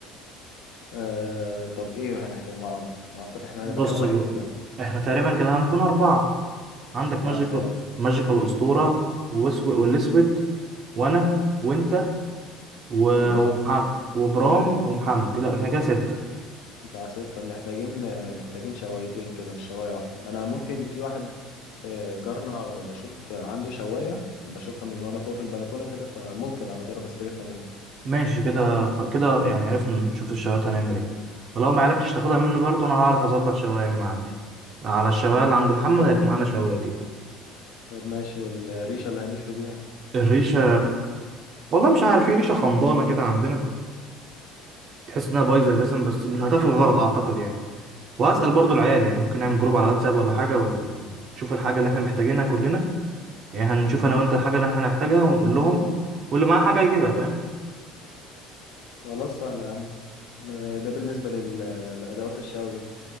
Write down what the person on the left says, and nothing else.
آه طب ايه هنحتاج مع... أعت- احنا
هنبقى كام واحد
كده
أربعة
ازاي
اكتر
وبرام
بتاع ستة محتاجين محتاجين شوايتين كده مش شواية واحدة انا ممكن في واحد آه، جارنا بشوف عنده شواية بشوفها من وانا فوق في البلكونة كده فممكن اجرب استلفها منه
طب ماشي والريشة اللي هنشوي بيها
خلاص سهلة يا عم آه، ده بالنسبة لل... لأدوات الشوي